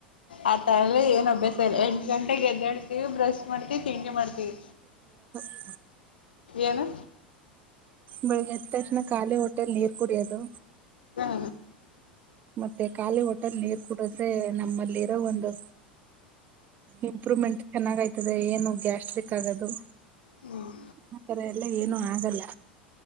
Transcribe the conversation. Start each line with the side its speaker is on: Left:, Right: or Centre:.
Left: ಆ ತರಲ್ಲಿ ಏನ್ ಅಭ್ಯಾಸ ಇಲ್ಲ ಎಂಟು ಗಂಟೆಗೆ ಹೆದ್ದಾಡ್ತಿವಿ ಬ್ರಷ್ ಮಾಡ್ತಿವಿ ತಿಂಡಿ ಮಾಡ್ತೀವಿ
Right: ಹ್ಮ
Left: ಏನು
Right: ಬೆಳಿಗ್ಗೆ ಎತ್ತಕ್ಷಣ ಖಾಲಿ ಹೊಟ್ಟೆಯಲ್ಲಿ ನೀರ್ ಕುಡಿಯೋದು
Left: ಹ
Right: ಮತ್ತೆ ಖಾಲಿ ಹೋಟಲ್ ನೀರ್ ಕುಡದ್ರೆ ನಮ್ಮಲ್ಲಿ ಇರೋ ಒಂದು ಇಂಪ್ರೂವ್ಮೆಂಟ್ ಚೆನ್ನಾಗ್ಯ್ತದೆ ಏನು ಗ್ಯಾಸ್ಟ್ರಿಕ್ ಆಗದು
Left: ಹ್ಮ್
Right: ಆತರೆ ಎಲ್ಲ ಏನು ಆಗಲ್ಲ